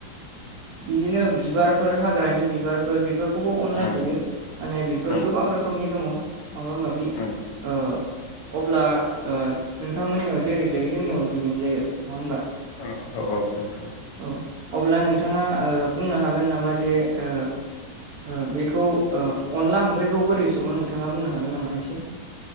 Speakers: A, on the right (about 80°); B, on the left (about 75°).
A: बिदिनो बिबारफोर हाग्रानि बिबारफोर बे बेफोरखौबो अनला
B: उम
A: जायो माने बेफोर
B: उम
A: गोबां रोखोमनि दङ। माबा माबि
B: उम
A: ओ अब्ला ओ नोंथांमोननियाव जेरै जायो जोंनियावबो बिदिनो जायो नङा होनबा?
B: ओ औ औ नोंथां।
A: औ अब्ला नोंथाङा ओ बुंनो हागोन नामा जे ओ ओ बेखौ ओ अनला ओंख्रिखौ बोरै सङो नोंथाङा बुंनो हागोन नामा एसे?